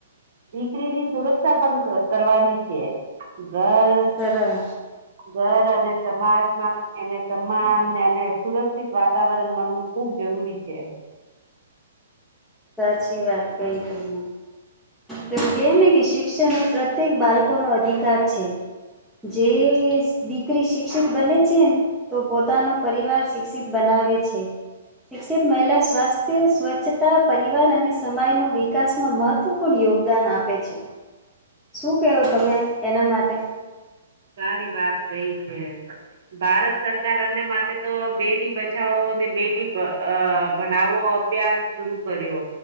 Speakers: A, on the right; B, in the centre.
A: દીકરી ની સુરક્ષા પણ ક કરવાની છે ઘર.
B: સર.
A: ઘર અને સમાજમાં. એને સમાન અને સુરક્ષિત વાતાવરણ મળવું ખુબ જરૂરી છે.
B: સાચી વાત કઈ તને. તો કહેને કે શિક્ષણ એ પ્રત્યેક બાળકોનો અધિકાર છે. જે દીકરી શિક્ષિત બને છે ને. તો પોતાનો પરિવાર શિક્ષિત બનાવે છે. શિક્ષિત મહિલા સ્વાસ્થ્ય સ્વચ્છતા પરિવાર અને સમય નો વિકાસ. મહત્વપૂર્ણ યોગદાન આપે છે શું કેહો તમે એના માટે.
A: સારી વાત કઈ છે. ભારત સરકાર એમને માટે તો બેટી બચાવો ને બેટી અ ભણાવો. અભ્યાન શરૂ કર્યો.